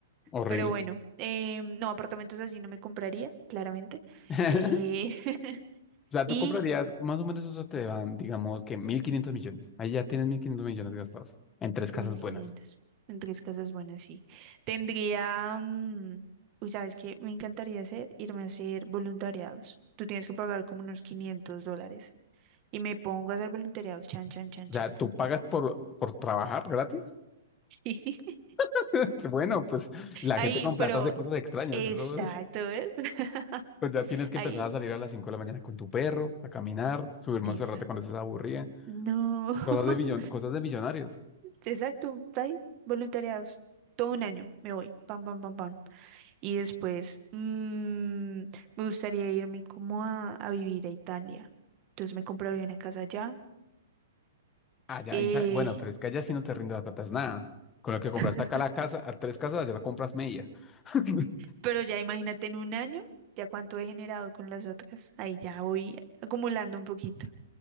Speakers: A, on the left; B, on the right.
A: Horrible.
B: Pero bueno, eh, no, apartamentos así no me compraría, claramente.
A: <laughs>
B: Eh, <laughs>
A: O sea, tú
B: y
A: comprarías, más o menos eso te dan, digamos que 1.500 millones. Ahí ya tienes 1.500 millones gastados en tres
B: mil
A: casas buenas.
B: quinientos En tres casas buenas, sí. Tendría. mm, uy, ¿sabes qué? Me encantaría hacer, irme a hacer voluntariados. Tú tienes que pagar como unos 500 dólares. Y me pongo a hacer voluntariados. Chan, chan, chan,
A: O
B: chan.
A: sea, tú pagas por, por trabajar gratis.
B: Sí. <laughs>
A: <laughs> Bueno, pues la
B: Ahí,
A: gente con
B: pero.
A: plata hace cosas extrañas.
B: Exacto,
A: Eso es-
B: ¿ves? <laughs>
A: pues ya tienes que
B: Ahí.
A: empezar a salir a las 5 de la mañana con tu perro, a caminar, subir Monserrate
B: Esa.
A: cuando estés aburrida.
B: No. <laughs>
A: Cosas de billon- cosas de millonarios.
B: Exacto. Ahí. Voluntariados. Todo un año. Me voy. Pam, pam, pam, pam. Y después mm, me gustaría irme como a, a vivir a Italia. Entonces me compraría una casa allá.
A: Allá,
B: Eh,
A: ahí ta- bueno, pero es que allá sí no te rinde la plata, es nada. Con lo que compraste
B: <laughs>
A: acá la casa, a tres casas, allá te compras media. <laughs>
B: pero ya imagínate en un año, ya cuánto he generado con las otras. Ahí ya voy acumulando un poquito.